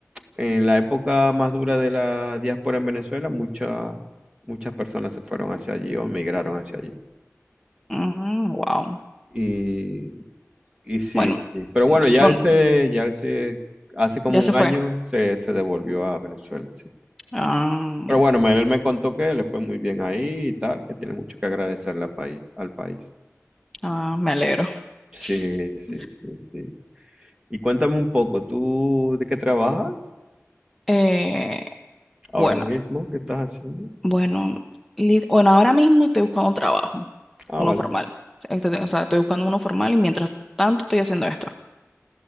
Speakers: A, on the right (about 20°); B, in the centre.
A: en la época más dura de la diáspora en Venezuela, muchas muchas personas se fueron hacia allí o migraron hacia allí.
B: Mm, wow.
A: Y, y sí,
B: Bueno,
A: sí. pero bueno,
B: s-
A: ya
B: bueno,
A: él se, ya él se, hace como
B: ya
A: un
B: se fue.
A: año se, se devolvió a Venezuela, sí.
B: Ah,
A: Pero bueno, Manuel me contó que le fue muy bien ahí y tal, que tiene mucho que agradecerle al país, al país.
B: ah, me alegro.
A: Sí,
B: <laughs>
A: sí, sí, sí. Y cuéntame un poco, ¿tú de qué trabajas
B: Eh,
A: ahora
B: bueno,
A: mismo? ¿Qué estás haciendo?
B: bueno, lit- bueno, ahora mismo estoy buscando un trabajo,
A: Ah,
B: uno
A: vale,
B: formal. Este- o sea, estoy buscando uno formal y mientras tanto estoy haciendo esto.